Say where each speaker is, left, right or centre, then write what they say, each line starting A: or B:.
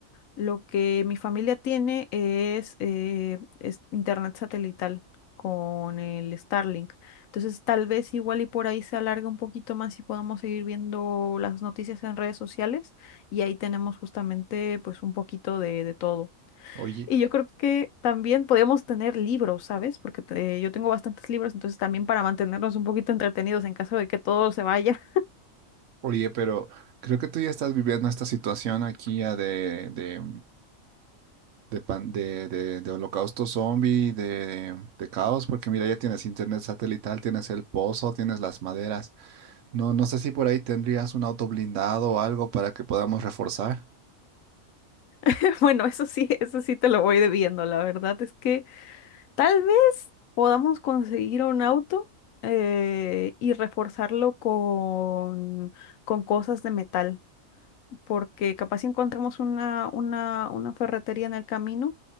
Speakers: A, on the left (about 80°); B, on the right (about 65°).
A: Lo que mi familia tiene es, eh, es internet satelital con el Starlink. Entonces, tal vez igual y por ahí se alargue un poquito más y podamos seguir viendo las noticias en redes sociales y ahí tenemos justamente pues un poquito de, de todo.
B: Oye,
A: Y yo creo que también podríamos tener libros, ¿sabes? Porque te- yo tengo bastantes libros, entonces también para mantenernos un poquito entretenidos en caso de que todo se vaya.
B: oye, pero creo que tú ya estás viviendo esta situación aquí ya de, de de, pan- de, de, de holocausto zombie, de, de caos, porque mira, ya tienes internet satelital, tienes el pozo, tienes las maderas. No, no sé si por ahí tendrías un auto blindado o algo para que podamos reforzar.
A: <laughs> Bueno, eso sí, eso sí te lo voy debiendo. La verdad es que tal vez podamos conseguir un auto eh, y reforzarlo con, con cosas de metal porque capaz si encontramos una, una, una ferretería en el camino